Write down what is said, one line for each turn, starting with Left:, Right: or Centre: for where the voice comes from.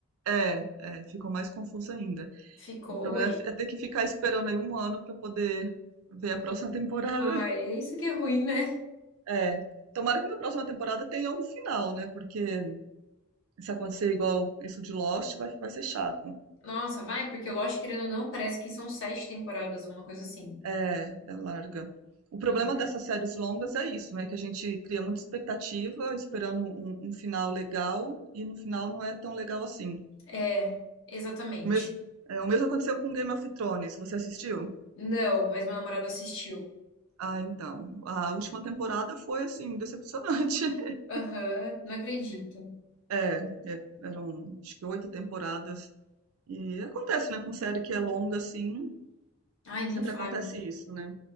Right: É, é, ficou mais confuso ainda.
Left: Ficou
Right: O problema
Left: e.
Right: é fi- é ter que ficar esperando aí um ano pra poder ver a próxima temporada.
Left: Ai,
Right: <laughs>
Left: é isso que é ruim, né?
Right: É. Tomara que na próxima temporada tenha um final, né? Porque se acontecer igual isso de Lost, vai, vai ser chato.
Left: Nossa, vai, porque lógico, querendo ou não, parece que são sete temporadas, uma coisa assim.
Right: É, é larga. O problema
Left: Ent-
Right: dessas séries longas é isso, né? Que a gente cria muita expectativa, esperando um, um final legal, e no final não é tão legal assim.
Left: É, exatamente.
Right: O mes- é, o mesmo aconteceu com Game of Thrones, você assistiu?
Left: Não, mas meu namorado assistiu.
Right: Ah, então, a última temporada foi, assim, decepcionante. <laughs>
Left: Aham, não acredito.
Right: É, é, eram acho que 8 temporadas. E acontece, né, com série que é longa, assim,
Left: Ai, nem
Right: sempre
Left: fale.
Right: acontece isso, né?